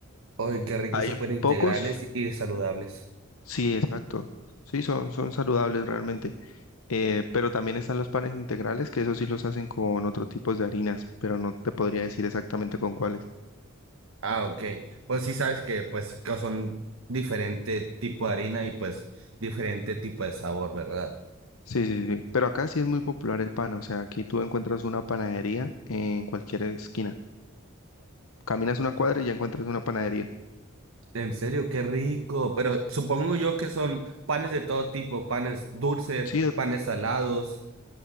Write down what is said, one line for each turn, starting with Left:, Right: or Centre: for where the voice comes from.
Right: Ay, qué rico,
Left: Hay
Right: súper integrales
Left: pocos,
Right: y y saludables.
Left: sí, exacto. Sí, son, son saludables realmente. Eh, pero también están los panes integrales, que esos sí los hacen con otro tipos de harinas, pero no te podría decir exactamente con cuáles.
Right: Ah, ok. Pues sí sabes que pues que son diferente tipo de harina y pues diferente tipo de sabor, ¿verdad?
Left: Sí, sí, sí. sí. Pero acá sí es muy popular el pan, o sea, aquí tú encuentras una panadería en cualquier esquina. Caminas una cuadra y ya encuentras una panadería.
Right: En serio, qué rico. Pero supongo yo que son panes de todo tipo, panes dulces,
Left: Sí, doc-
Right: panes salados.